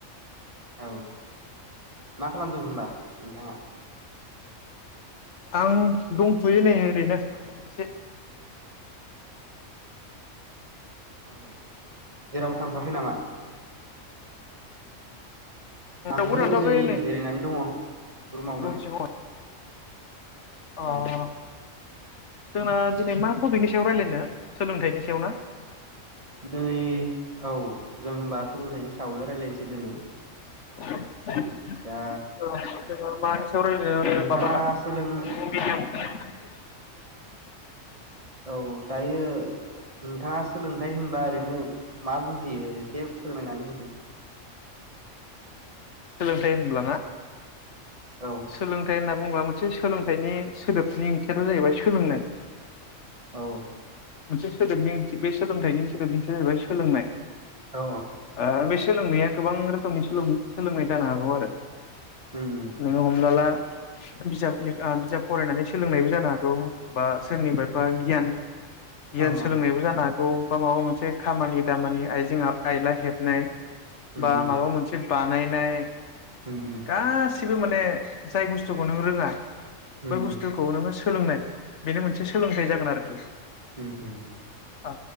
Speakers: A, on the right; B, on the left.
A: औ मा खालामदों होनबा नोंथाङा?
B: आं दंथ'यो नै ओरैनो एसे
A: औ जेरावबो थांथ'वाखै नामा आंबो
B: रावबो थांथ'वाखै
A: नै जिरायनानै दङ। रुमावनो
B: रुम सिङाव अ
A: औ
B: जोंना दिनै मा टपिकनि सायाव रायलायनो सोलोंथाइनि सायाव ना
A: दिनै औ जों होनबा सोलोंथाइनि सायावनो रायज्लायनोसै दिनै
B: <unintelligible>
A: दा
B: औ <unintelligible>
A: नोंथाङा
B: <unintelligible>
A: सोलों
B: <inaudible>
A: औ दायो नोंथाङा सोलों थाइ होनब्ला ओरैनो मा बुजियो एसे फोरमायनानै होदो।
B: सोलोंथाइ होनब्ला ना?
A: औ
B: सोलोंथाइ होनना बुङोब्ला मोनसे सोलोंथाइनि सोदोबनि ओंथियाथ' जाहैबाय सोलोंनाय।
A: औ।
B: मोनसे सोदोबनि ओंथि बे सोलोंथाइनि सोदोबनि ओंथिया जाहैबाय सोलोंनाय।
A: औ
B: ओ बेसे सोलोंनाया गोबां रोखोमनि सोलों सोलोंनाय जानो हागौ आरो।
A: उम उम।
B: नोङो हमना ला बिजाबनि ओ बिजाब फरायनानै सोलोंनायबो जानो हागौ। बा सोरनिफायबा गियान गियान
A: औ
B: सोलोंनायबो
A: औ
B: जानो हा गौ बा माबा मोनसे खामानि दामानि आइजें आइला हेबनाय
A: उम
B: बा
A: उम
B: माबा मोनसे बानायनाय
A: उम उम
B: गासै सैबो माने जाय बुस्थुखौ नों रोङा
A: उम
B: बै बुुस्थुखौ नोङो सो सोलोंनाय बेनो मोनसे सोलोंथाइ जागोन आरोखि।
A: उम उम
B: औ